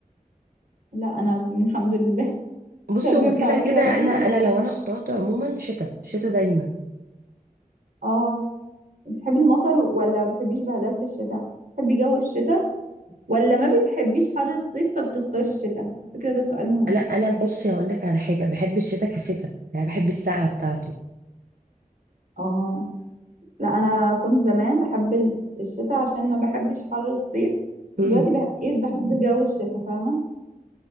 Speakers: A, on the right (about 70°); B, on the right (about 85°).
A: لا انا من- الحمد لله <laughs>
B: بصي
A: مش عارفة
B: هو
A: ينفع
B: كده
A: اقول
B: كده
A: كده ولا
B: انا
A: لأ.
B: انا لو انا اخترت عموما شتاء شتاء دايما
A: اه بتحبي المطر ولا ما بتحبيش بهدلة الشتاء بتحبي جو الشتاء ولا ما بتحبيش حر الصيف فبتختاري الشتاء على فكرة ده سؤال مهم
B: لا انا بصي هقول لك على حاجه بحب الشتاء كشتاء يعني بحب السقعه بتاعته
A: اه لا انا كنت زمان بحب الس- الشتاء عشان ما بحبش حر الصيف
B: امم
A: دلوقتي بقيت بحب جو الشتاء فاهمه